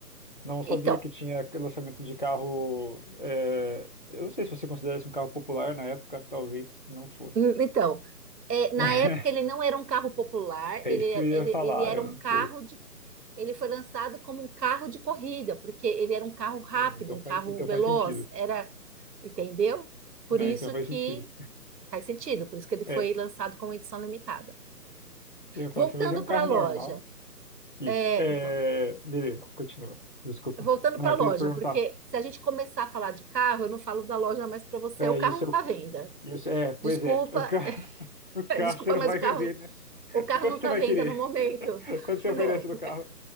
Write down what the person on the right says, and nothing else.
Então,
hum, então é, na
época ele não era um carro popular,
ele,
é-
ele,
ele era
um
carro
de. Ele foi lançado como um carro de corrida, porque ele era um carro rápido,
um carro
veloz,
era, entendeu? Por
isso
que
faz sentido, por isso que ele foi
lançado como edição limitada.
Voltando
para
a loja,
é,
então.
voltando
para
a loja,
porque se a gente começar a falar de carro, eu não falo da loja mais para você,
o carro
não está à venda.
Desculpa,
<laughs>
desculpa,
mas
o carro,
o carro
não está
à venda
no momento.
<laughs>
Não,
o,
ca-